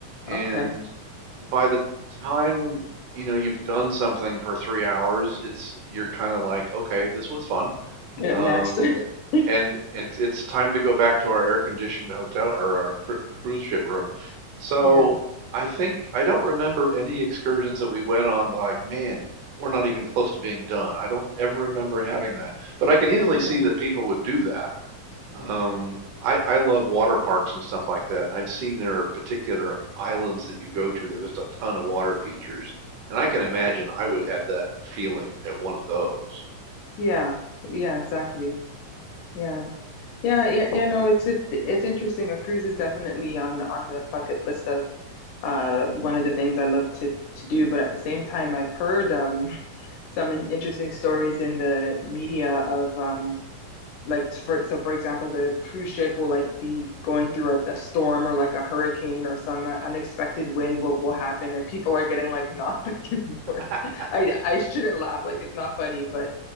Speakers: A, on the right; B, on the left.
A: and
B: Okay.
A: by the time you know you've done something for three hours, it's you're kind of like, okay, this was fun
B: Yeah.
A: Um,
B: Next. <laughs>
A: and it's it's time to go back to our air-conditioned hotel or our cru cruise ship room. So
B: Yeah.
A: I think I don't remember any excursions that we went on that like, man, we're not even close to being done. I don't ever remember having that, but I can easily
B: Yeah.
A: see that people would do that. Um, I I love water parks and stuff like that, and I've seen there are particular islands that you go to. There's just a ton of water features, and I can imagine I would have that feeling at one of those.
B: Yeah. Yeah. Exactly. Yeah. Yeah. Yeah. Yeah. No, it's it, it's interesting. A cruise is definitely on on the bucket list of uh one of the things I love to to do. But at the same time, I've heard um <laughs> some in- interesting stories in the media of um like for so for example the cruise ship will like be going through a, a storm or like a hurricane or some unexpected wind what will happen and people are getting like <laughs> knocked back and
A: <laughs>
B: forth <laughs> I I shouldn't laugh like it's not funny but